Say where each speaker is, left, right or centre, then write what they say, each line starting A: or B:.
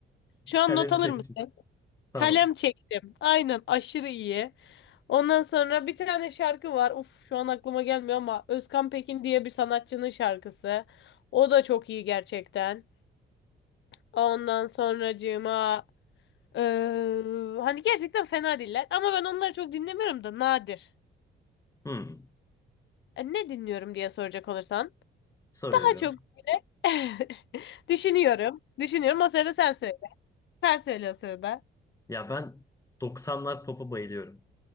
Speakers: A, on the left; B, on the left.
A: Şu an
B: Kalem
A: not alır
B: çektim.
A: mısın?
B: Tamam.
A: Kalem çektim. Aynen aşırı iyi. Ondan sonra bir tane şarkı var. Uf şu an aklıma gelmiyor ama Özkan Pekin diye bir sanatçının şarkısı. O da çok iyi gerçekten. Ondan sonracığıma Ee, hani gerçekten fena değiller ama ben onları çok dinlemiyorum da nadir.
B: Hı.
A: E, ne dinliyorum diye soracak olursan
B: Soruyorum.
A: daha çok <laughs> düşünüyorum. Düşünüyorum o sırada sen söyle. Sen söyle o sırada.
B: Ya ben 90'lar pop'a bayılıyorum.